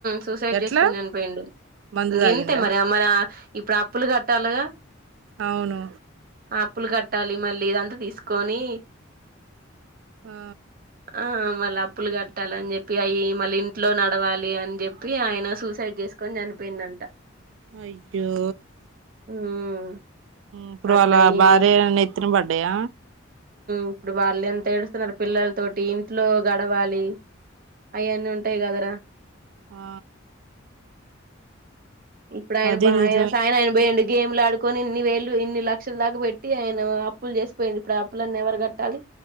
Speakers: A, on the right; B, on the right.
A: సూసైడ్
B: ఎట్లా
A: చేసుకొని చనిపోయిండు
B: మందు
A: ఇంకెంతే
B: తాగిండా
A: మరి మరి ఇప్పుడు అప్పులు కట్టాలగా
B: అవును
A: ఆప్పులు కట్టాలి మళ్ళీ ఇదంతా తీసుకొని
B: ఆ
A: ఆ మళ్ళీ అప్పులు కట్టాలిని చెప్పి అయి మళ్ళీ ఇంట్లో నడవాలి అని చెప్పి ఆయన సూసైడ్ చేస్త చేస్కొని చనిపోయిండంట
B: అయ్యో
A: ఉమ్
B: ఇప్పుడు
A: అట్లా
B: వాళ్ళ
A: అయింది
B: భార్యే డీ ఇనబడ్డాయ
A: ఇప్పుడు వాళ్ళు ఎంత ఏడుస్తున్నారు పిల్లల తోటి ఇంట్లో గడవాలి అయన్నీ ఉంటాయి కాదరా
B: ఆ
A: ఇప్పుడు ఆయనబాయ
B: అది నిజమే
A: సాయనయాన పోయిన్ డు గేమ్లు ఆడుకొని ఇన్ని వేలు ఇన్ని లక్షల దాకా పెట్టి ఆయన అప్పులు చేసిపోయింది ఇప్పుడు అప్పులన్నీ ఎవరు కట్టాలి